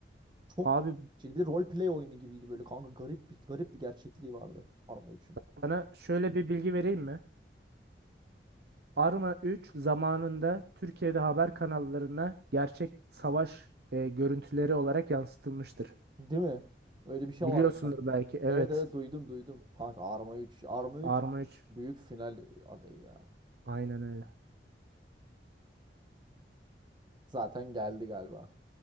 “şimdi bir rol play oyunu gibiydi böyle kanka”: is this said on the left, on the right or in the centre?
Right